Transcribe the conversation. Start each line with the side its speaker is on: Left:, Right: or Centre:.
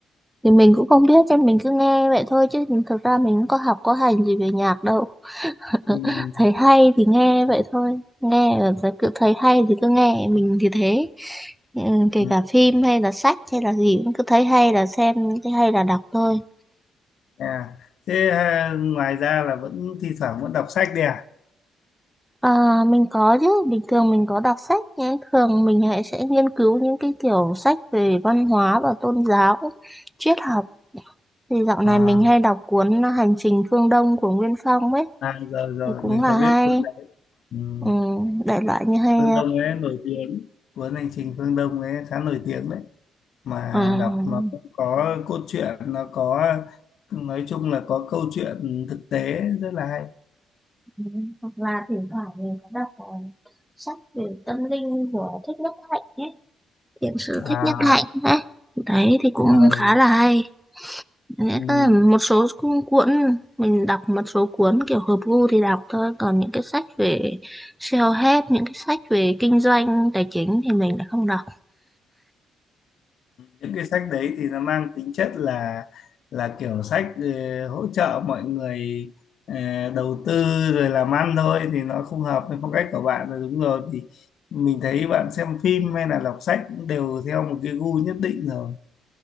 Centre: Thì mình cũng không biết cho mình cứ nghe vậy thôi chứ thực ra mình cũng có học có hành gì về nhạc đâu. <laughs>
Left: Ừm,
Centre: Thấy hay thì nghe vậy thôi. Nghe là sẽ cứ thấy hay thì cứ nghe, mình thì thế. Ừ, kể
Left: ừm,
Centre: cả phim hay là sách hay là gì cũng cứ thấy hay là xem, thấy hay là đọc thôi.
Left: à. thế à, ngoài ra là vẫn thi thoảng vẫn đọc sách đấy à
Centre: Ờ, mình có chứ, bình thường mình có đọc sách nhưng thường mình hãy sẽ nghiên cứu những cái kiểu sách về văn hóa và tôn giáo, triết học. Thì dạo này
Left: à,
Centre: mình hay đọc cuốn Hành trình phương Đông của Nguyên Phong ấy,
Left: à rồi rồi
Centre: thì cũng
Left: mình
Centre: là
Left: có biết
Centre: hay,
Left: cuốn đấy Ừm,
Centre: ừ, đại loại như hay
Left: Phương Đông ấy nổi tiếng cuốn hành trình Phương Đông ấy khá nổi tiếng đấy mà
Centre: ờ,
Left: đọc nó cũng có cốt truyện nó có nói chung là có câu chuyện thực tế rất là hay
Centre: ừ, hoặc là thỉnh thoảng mình có đọc ờ, sách về tâm linh của Thích Nhất Hạnh ấy, thiện sự
Left: à,
Centre: Thích Nhất Hạnh ấy. Đấy thì cũng
Left: ờ,
Centre: khá là hay. Nghĩa
Left: ừm,
Centre: là một số cuốn mình đọc một số cuốn kiểu hợp gu thì đọc thôi còn những cái sách về self-help những cái sách về kinh doanh tài chính thì mình lại không đọc
Left: những cái sách đấy thì nó mang tính chất là là kiểu sách ờ, hỗ trợ mọi người ờ, đầu tư rồi làm ăn thôi thì nó không hợp với phong cách của bạn rồi đúng rồi thì mình thấy bạn xem phim hay là đọc sách cũng đều theo một cái gu nhất định rồi